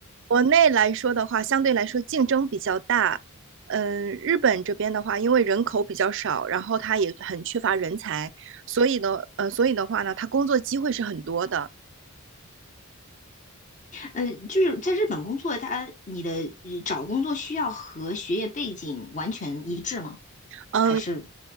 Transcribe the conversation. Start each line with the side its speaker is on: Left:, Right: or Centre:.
Right: 国内来说的话，相对来说竞争比较大。嗯，日本这边的话，因为人口比较少，然后它也很缺乏人才，所以呢，呃，所以的话呢，它工作机会是很多的。
Left: 呃，就是在日本工作，他你的呃找工作需要和学业背景完全一致吗？
Right: 嗯，
Left: 还是